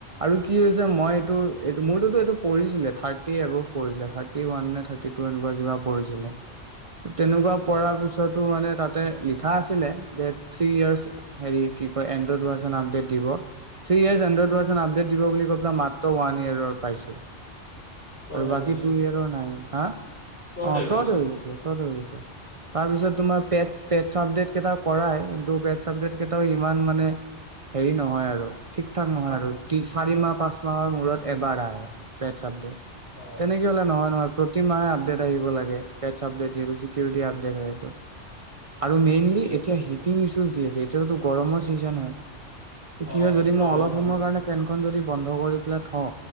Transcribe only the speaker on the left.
অ
ফ্ৰড
হৈ
গ'লচোন
ফ্ৰড
হৈ
গ'লচোন
অ
ছিকিউৰিটি
অ
প্ৰব্লেম
হয়
ন